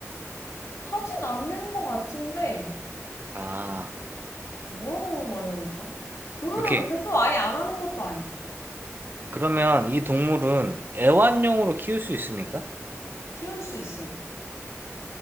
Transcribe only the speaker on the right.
아,
오케이.
그러면 이 동물은 애완용으로 키울 수 있습니까?